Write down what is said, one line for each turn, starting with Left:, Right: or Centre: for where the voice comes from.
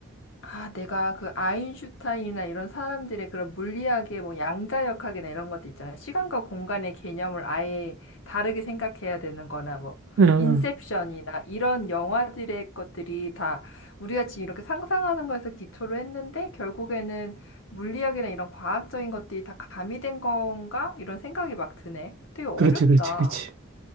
Left: 아, 내가 그 아인슈타인이나 이런 사람들의 그런 물리학의 뭐 양자역학이나 이런 것도 있잖아. 시간과 공간의 개념을 아예 다르게 생각해야 되는 거나 뭐
Right: 응,
Left: 인셉션이나 이런 영화들의 것들이 다 우리가 지금 이렇게 상상하는 거에서 기초로 했는데 결국에는 물리학이나 이런 과학적인 것들이 다 가미된 건가? 이런 생각이 막 드네. 되게 어렵다.
Right: 그렇지, 그렇지, 그렇지.